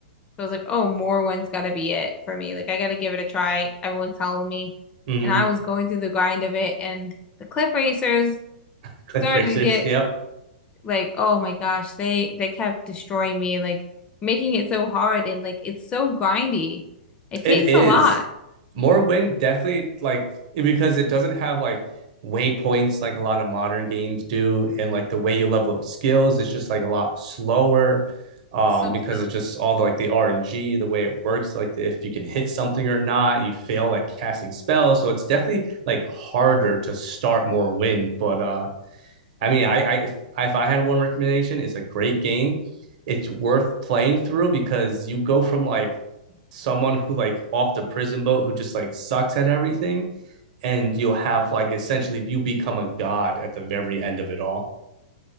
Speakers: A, on the left; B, on the right.
A: I was like, oh, Morwin's gotta be it for me. Like I gotta give it a try. Everyone's telling me.
B: Mm-hmm.
A: And I was going through the grind of it and the Cliff Racers
B: <laughs> Cliff
A: started
B: Racers.
A: to get
B: Yep.
A: like, oh my gosh, they they kept destroying me, like making it so hard and like it's so grindy. It takes
B: It is.
A: a lot.
B: More Wind definitely like because it doesn't have like waypoints like a lot of modern games do, and like the way you level up skills is just like a lot slower. Um,
A: So
B: because
A: slow.
B: of just all the like the RNG, the way it works, like the, if you can hit something or not, you fail at casting spells. So it's definitely like harder to start more win, but uh I mean, I, I if, if I had one recommendation, it's a great game. It's worth playing through because you go from like someone who like off the prison boat who just like sucks at everything, and you'll have like essentially you become a god at the very end of it all.